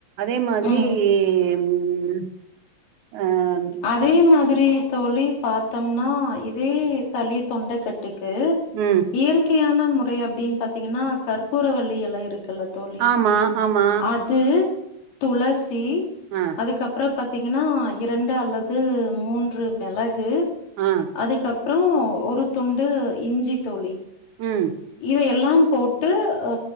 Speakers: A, on the right; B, on the left.
A: இத மாதிரி
B: ம்
A: ம் ஹம்
B: அதே மாதிரி தோழி பாத்தம்னா இதே சளி தொண்டக்கட்டுக்கு
A: ம்
B: இயற்கையான முறை அப்டின்னு பாத்தீங்கன்னா கற்பூரவள்ளி எல இருக் குல்ல தோழி
A: ஆமா ஆமா
B: அது துளசி
A: ஆ
B: அதுக்கப்பறம் பாத்தீங்கன்னா இரண்டு அல்லது மூன்று மெளகு
A: ஆ
B: அதுக்கப்றோ ஒரு துண்டு இஞ்சி தோழி
A: ம்
B: இத எல்லாம் போட்டு அ